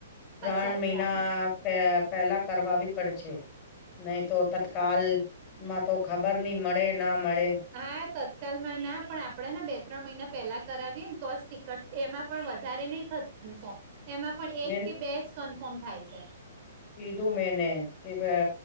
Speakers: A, on the left; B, on the right.
A: ત્રણ
B: અચ્છા અચ્છા
A: મહિના પે પેલા કરવી પડશે નહી તો તત્કાલ માં તો ખબર ની મળે ના મળે.
B: હા તત્કાલમાં ના પણ આપણેે ને બે ત્રણ મહિના પહેલા કરાવીએ ને તો જ ટિકટ એમાં પણ વધારે નહી થતું કન્ફમ એમાં પણ એક
A: મે
B: કે બે જ કન્ફર્મ થાય છે.
A: કીધું મેને કે અ